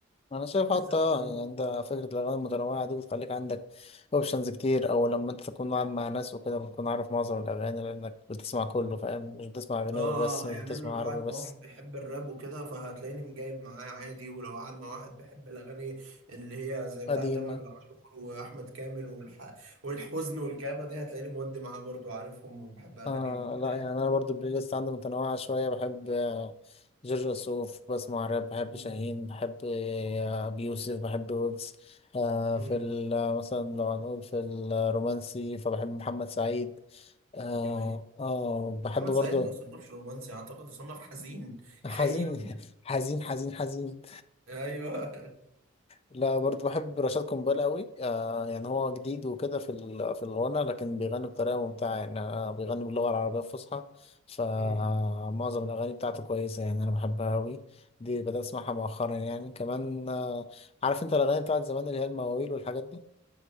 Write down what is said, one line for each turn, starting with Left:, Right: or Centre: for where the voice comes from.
Left: انا شايف
Right: بالذات
Left: حتى آه،
Right: الأغنية-
Left: يعني انت فكره الاغاني المتنوعه دي بتخليك عندك اوبشنز كتير او لما انت تكون قاعد مع ناس وكده بتكون عارف معظم الاغاني لانك بتسمع كله فاهم مش بتسمع اجنبي
Right: اه آه،
Left: بس مش
Right: آه، يعني
Left: بتسمع
Right: أنا لو
Left: عربي
Right: قاعد
Left: بس
Right: مع واحد بيحب الراب وكده فهتلاقيني مجايب معاه عادي ولو قاعد مع واحد بيحب الأغاني اللي هي زي بتاعت
Left: قديمه
Right: تامر عاشور وأحمد كامل والح... والحزن والكآبة دي هتلاقيني مودي معاه برضو عارفهم وبحب أغانيهم
Left: آه
Right: كده
Left: لا يعني انا برضو البلاي ليست عندي متنوعه شويه بحب آه، جورج وسوف بسمع راب بحب
Right: مم.
Left: شاهين بحب آه، ابي يوسف بحب ويجز آه
Right: مم.
Left: في ال- آه، مثلا لو هنقول في الرومانسي فبحب محمد سعيد آه
Right: جميل
Left: آه بحب
Right: محمد
Left: برضو
Right: سعيد ما يصنفش رومانسي اعتقد يصنف حزين
Left: حزين
Right: كئيب
Left: حزين حزين حزين
Right: <laughs> ايوه
Left: لا برضه بحب رشاد قنبال قوي آه يعني هو جديد وكده في ال- في الغنى لكن بيغني بطريقه ممتعه يعني أنا بيغني باللغه العربيه الفصحى فمعظم
Right: مم.
Left: الاغاني بتاعته كويسه يعني انا بحبها قوي دي بدات اسمعها مؤخرا يعني كمان آه عارف انت الاغاني بتاعت زمان اللي هي المواويل والحاجات دي